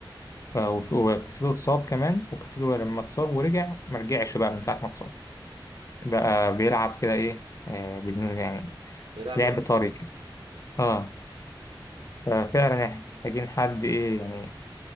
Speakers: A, on the left; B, on the right.
A: ف- وف- وكاسيدو اتصاب كمان وكاسيدو لما اتصاب ورجع ما رجعش بقى من ساعة ما اتصاب بقى بيلعب كده ايه آه بدون يعني
B: يضيع بيه
A: لعب
B: وقت
A: طري كده اه ففعلا احنا محتاجين حد ايه يعني